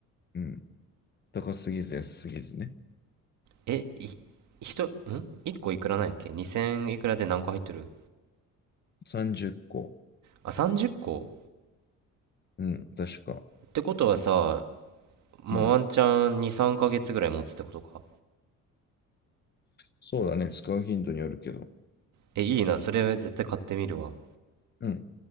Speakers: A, on the left (about 30°); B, on the right (about 60°).
A: うん。高すぎず安すぎずね。
B: えい人ん ?1 個いくらなんやっけ ?2000 いくらで何個入ってる
A: 30個。
B: あ30個っこ
A: うん。確か。
B: ってことはさもうワンチャン2、
A: うん。
B: 3ヶ月ぐらい持つってことか。
A: そうだね。使う頻度によるけど。
B: え、いいな。それ絶対買ってみるわ。
A: うん。